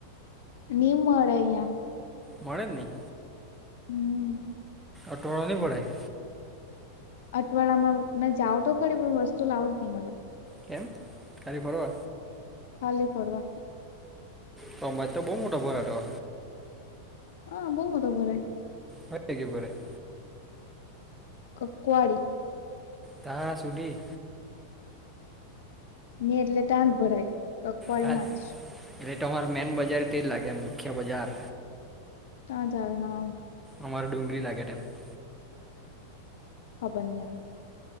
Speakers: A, on the left; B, in the centre.
A: નમ મળે અયા
B: મળેર નહી.
A: હમ.
B: અટોવાળો ન બોડાઈ.
A: અઠવાડામાં મેં જાાવ તો ખરી પણ વસ્તુ લાવ જ નહી મ
B: કેમ ખાલી ફરો.
A: ખાલી પડવા.
B: સમમાજ તો બહુ મોટા ભરા હતો
A: હા બહ મત ભરાય
B: હોય લે ભરાય.
A: ક કોડી.
B: તા સુડી
A: ને એટલે તાંધ ભરાય કકવાળી
B: તા
A: માં જ
B: એટલે તો અમારે મેન બજાર તે જ લાગે મુખ્ય બજાર
A: તા જાય હા.
B: અમારો ડુંગળી લાગે તેમાઈમ
A: ખબર નહીં આવે